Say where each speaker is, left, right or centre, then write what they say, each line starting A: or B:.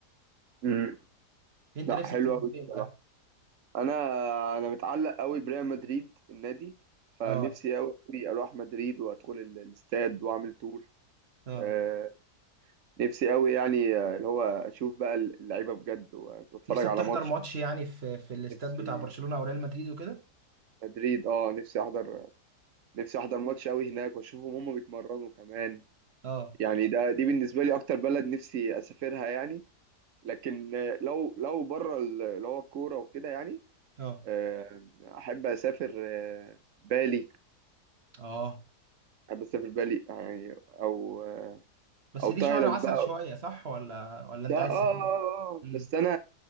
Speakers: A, on the right (about 60°); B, on the right (about 40°).
A: مم.
B: انت
A: لا
B: نفسك
A: حلو
B: تسافر
A: قوي
B: فين
A: بصراحه
B: بقى
A: انا انا متعلق قوي بريال مدريد النادي فنفسي
B: اه
A: قوي اروح مدريد وادخل ال- الاستاد واعمل تور
B: اه
A: آه نفسي قوي يعني آه، اللي هو اشوف بقى اللعيبه بجد واتفرج
B: نفسك
A: على
B: تحضر
A: ماتش
B: ماتش يعني في في الاستاد
A: نفسي
B: بتاع برشلونة او ريال مدريد وكده
A: مدريد اه نفسي احضر نفسي احضر ماتش قوي هناك واشوفهم هم بيتمرنوا كمان
B: اه
A: يعني ده دي بالنسبه لي اكتر بلد نفسي اسافرها يعني لكن آه، لو لو بره ال- اللي هو الكوره وكده يعني
B: اه
A: آه، احب اسافر آه، بالي
B: اه
A: احب اسافر بالي يعني او آه،
B: بس
A: او
B: دي
A: تايلاند
B: شهر عسل
A: بقى
B: شوية صح ولا ولا أنت
A: ده اه
B: عايز
A: آه،
B: سفينة؟
A: آه. آه.
B: امم
A: بس انا